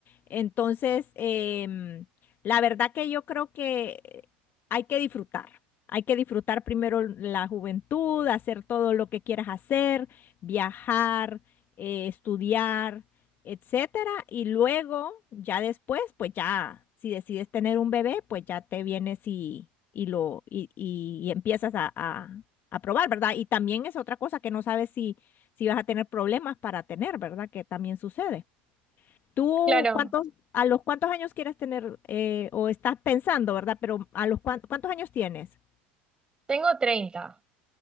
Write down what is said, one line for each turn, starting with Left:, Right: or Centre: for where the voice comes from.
Left: Entonces, em, la verdad que yo creo que hay que disfrutar. Hay que disfrutar primero la juventud, hacer todo lo que quieras hacer, viajar, eh, estudiar, etcétera. Y luego, ya después, pues ya, si decides tener un bebé, pues ya te vienes y, y lo, y, y- y empiezas a, a- a probar, ¿verdad? Y también es otra cosa que no sabes si, si vas a tener problemas para tener, ¿verdad? Que también sucede. ¿Tú
Right: Claro,
Left: cuántos, a los cuántos años quieres tener, eh, o estás pensando, ¿verdad? Pero a los cuan- cuántos años tienes?
Right: tengo 30